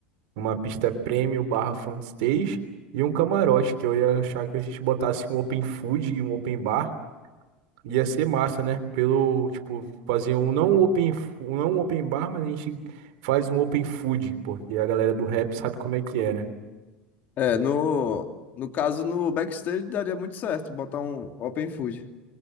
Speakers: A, on the right (about 65°); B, on the left (about 45°).
A: uma pista premium barra front stage e um camarote, que eu ia achar que a gente botasse um open food e um open bar. Ia ser massa, né? Pelo, tipo, fazer um não um open, fu- não um open bar, mas a gente faz um open food, porque a galera do rap sabe como é que é, né?
B: É, no, no caso, no backstage daria muito certo botar um open food.